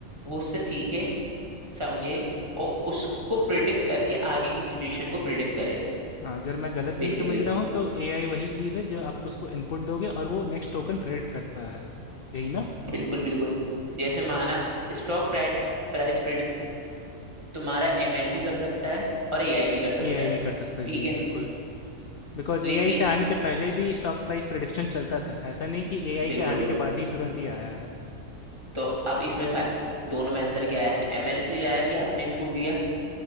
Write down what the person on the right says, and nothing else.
वो उससे सीखे समझे और उसको प्रिडिक्ट करके आगे की सिचुएशन को प्रिडिक्ट करे
बेसिकली
बिल्कुल बिल्कुल जैसे माना स्टॉक प्राइस तुम्हारा एमएल भी कर सकता है और एआई भी कर सकता
है
ठीक
है
लेकिन
बिल्कुल
बिल्कुल
तो अब इसमें फा- दोनों में अंतर क्या है एमएल से आया कि आपने इनपुट दिया